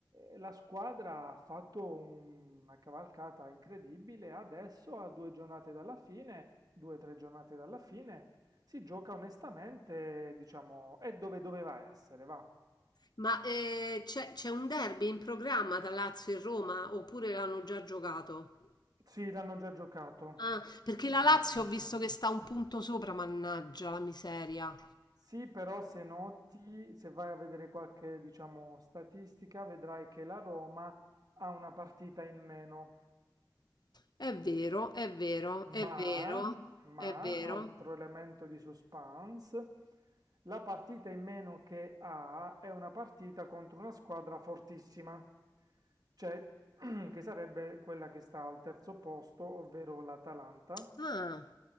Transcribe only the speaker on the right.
e la squadra ha fatto un- una cavalcata incredibile. Adesso, a due giornate dalla fine, due o tre giornate dalla fine, si gioca onestamente, diciamo, è dove doveva essere, va.
Sì, l'hanno già giocato.
Mm,
Non ce
n'è.
Sì, però se noti, se vai a vedere qualche, diciamo, statistica, vedrai che la Roma ha una partita in meno.
Ma,
ma,
altro elemento di suspense, la partita in meno che ha è una partita contro una squadra fortissima, cioè <clears throat> che sarebbe quella che sta al terzo posto, ovvero l'Atalanta.